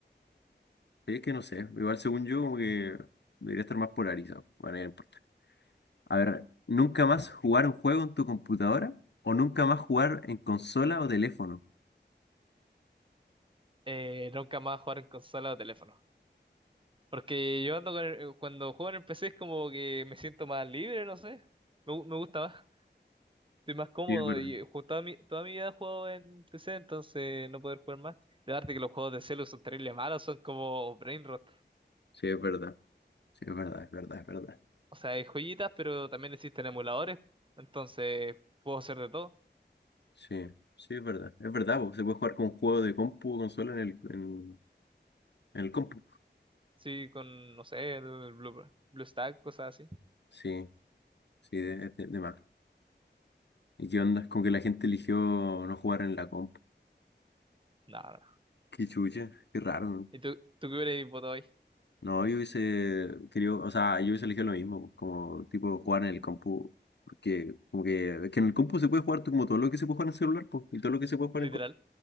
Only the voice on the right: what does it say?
Eh, nunca más jugar en consola o teléfono. Porque yo ando con el- cuando juego en el PC es como que me siento más libre, no sé. Me, gu- me gusta más. Estoy más cómodo
y eh, ju- toda mi, toda mi vida he jugado en PC, entonces no poder jugar más. La verdad que los juegos de celu son terrible malos, son como brain rot.
O sea, hay joyitas, pero también existen emuladores, entonces puedo hacer de todo.
Sí, con, no sé, el Blue, BlueStack, cosas así.
No, no. no.
¿Y tú, tú qué hubieras votado hoy?
Literal.